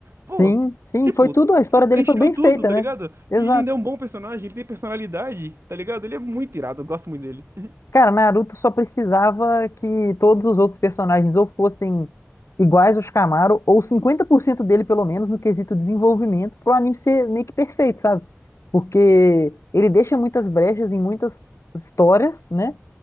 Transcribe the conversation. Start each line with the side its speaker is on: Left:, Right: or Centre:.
Right: Pô,
Left: Sim, sim,
Right: tipo,
Left: foi tudo, a história
Right: ele preencheu
Left: dele foi bem
Right: tudo,
Left: feita,
Right: tá
Left: né?
Right: ligado?
Left: Exato.
Right: E ele ainda é um bom personagem, ele tem personalidade, tá ligado? Ele é muito irado, eu gosto muito dele. <laughs>
Left: Cara, Naruto só precisava que todos os outros personagens ou fossem iguais aos Kamaru, ou 50% dele, pelo menos, no quesito desenvolvimento, pro anime ser meio que perfeito, sabe? Porque ele deixa muitas brechas em muitas histórias, né?